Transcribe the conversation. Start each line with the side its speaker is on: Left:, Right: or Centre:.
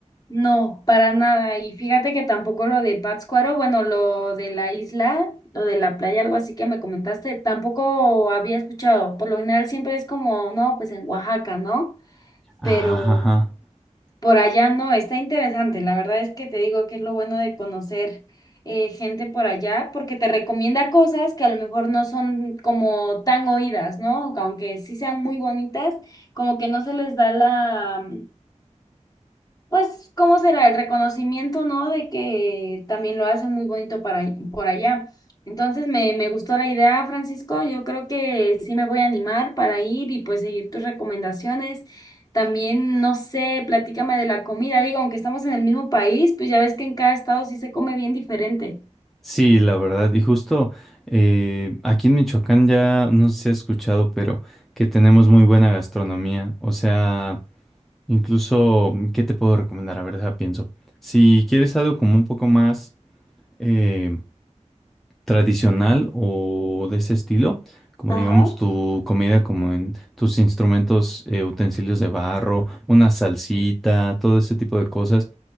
Left: No, para nada. Y fíjate que tampoco lo de Pátzcuaro, bueno, lo de la isla, lo de la playa, algo así que me comentaste, tampoco había escuchado. Por lo general siempre es como, no, pues en Oaxaca, ¿no?
Centre: Ajá,
Left: pero
Centre: ajá.
Left: por allá no, está interesante. La verdad es que te digo que es lo bueno de conocer eh, gente por allá, porque te recomienda cosas que a lo mejor no son como tan oídas, ¿no? Aunque sí sean muy bonitas, como que no se les da la pues, ¿cómo será? El reconocimiento, ¿no? De que también lo hacen muy bonito para, por allá. Entonces, me, me gustó la idea, Francisco. Yo creo que sí me voy a animar para ir y pues seguir tus recomendaciones. También, no sé, platícame de la comida. Digo, aunque estamos en el mismo país, pues ya ves que en cada estado sí se come bien diferente.
Centre: Sí, la verdad. Y justo eh, aquí en Michoacán ya no sé si has escuchado, pero que tenemos muy buena gastronomía. O sea, incluso, ¿qué te puedo recomendar? A ver, deja pienso. Si quieres algo como un poco más eh, tradicional o de ese estilo, como
Left: Ajá.
Centre: digamos tu comida, como en tus instrumentos, eh, utensilios de barro, una salsita, todo ese tipo de cosas.